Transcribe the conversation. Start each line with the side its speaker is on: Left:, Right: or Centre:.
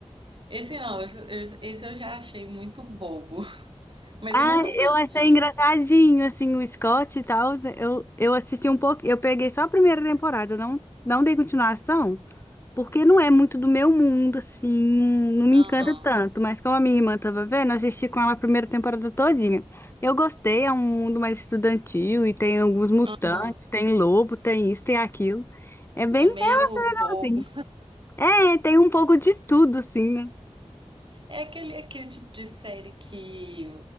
Right: esse não, esse esse eu já achei muito bobo, <laughs> mas
Left: Ah,
Right: eu nunca
Left: eu
Right: assisti.
Left: achei engraçadinho, assim, o Scott e tal. Eu, eu assisti um pouco, eu peguei só a primeira temporada, não, não dei continuação. Porque não é muito do meu mundo, assim, não me
Right: Aham.
Left: encanta tanto, mas como a minha irmã tava vendo, eu assisti com ela a primeira temporada todinha. Eu gostei, é um mundo mais estudantil e tem alguns mutantes,
Right: Aham.
Left: tem lobo, tem isso, tem aquilo. É bem
Right: É meio
Left: legal,
Right: bobo.
Left: assim. É, tem um pouco de tudo, assim, né?
Right: É aquele, aquele tipo de série que,